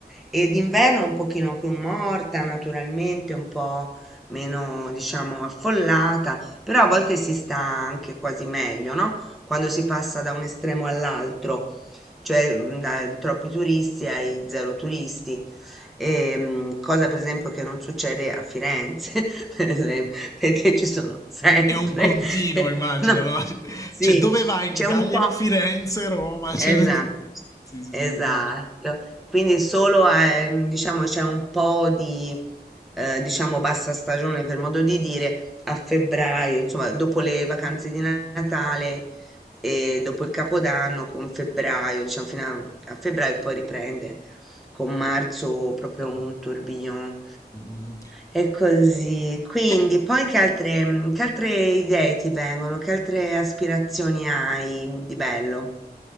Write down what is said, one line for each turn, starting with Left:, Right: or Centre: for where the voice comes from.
Centre: e d'inverno è un pochino più morta naturalmente, un po' meno, diciamo, affollata, però a volte si sta anche quasi meglio, no? Quando si passa da un estremo all'altro, cioè mm, dai troppi turisti ai zero turisti. Ehm, cosa per esempio che non succede a Firenze, <laughs> per esempio, perché ci sono sempre,
Left: È un continuo
Centre: <laughs> eh,
Left: immagino,
Centre: no,
Left: no, <laughs>
Centre: sì,
Left: cioè dove vai in
Centre: c'è
Left: Italia?
Centre: un po',
Left: Firenze, Roma,
Centre: esatto.
Left: cioè <laughs> sì, sì, sì
Centre: Esatto,
Left: immagino.
Centre: quindi solo ehm, diciamo c'è un po' di eh, diciamo bassa stagione per modo di dire a febbraio, insomma dopo le vacanze di Natale e dopo il Capodanno con febbraio, diciamo fino a, a febbraio poi riprende con marzo proprio un tourbillon.
Left: Mh-mh.
Centre: E così, quindi
Left: E
Centre: poi che altre, mm, che altre idee ti vengono? Che altre aspirazioni hai di bello?